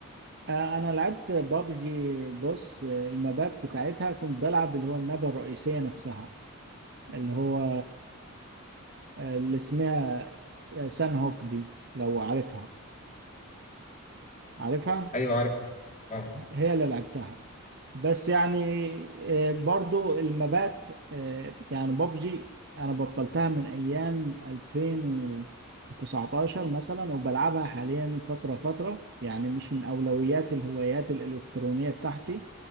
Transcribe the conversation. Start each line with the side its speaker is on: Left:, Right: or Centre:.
Right: آه، انا لعبت بابجي بص آه، المابات بتاعتها كنت بلعب اللي هو النبة الرئيسية نفسها اللي هو آه، اللي اسمها سان هوك دي لو عارفها عارفها
Left: أيوه عارف أه
Right: هي اللي لعبتها بس يعني آه، برضو المبات آه، يعني بابجي انا بطلتها من ايام 2019 مثلا وبلعبها حاليا فترة فترة يعني مش من اولويات الهوايات الالكترونية بتاعتي